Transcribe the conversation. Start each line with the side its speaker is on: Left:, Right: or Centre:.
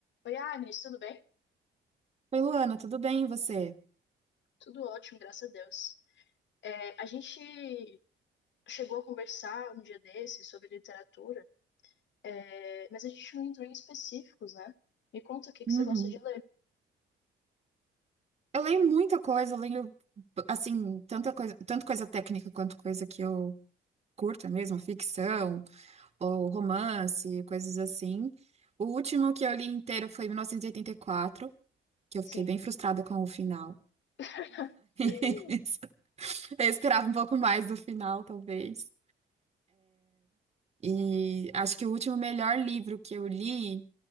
Left: Oi, Agnes, tudo bem?
Right: Oi, Luana, tudo bem, e você?
Left: Tudo ótimo, graças a Deus. É, a gente chegou a conversar um dia desses sobre literatura, é, mas a gente não entrou em específicos, né? Me conta o que que
Right: Uhum.
Left: você gosta de ler.
Right: Eu leio muita coisa, eu leio, assim, tanta coisa, tanto coisa técnica quanto coisa que eu curto mesmo, ficção, ou romance, coisas assim. O último que eu li inteiro foi 1984, que eu
Left: Sim.
Right: fiquei bem frustrada com o final.
Left: <laughs>
Right: <laughs> Eu esperava um pouco mais do final, talvez. E acho que o último melhor livro que eu li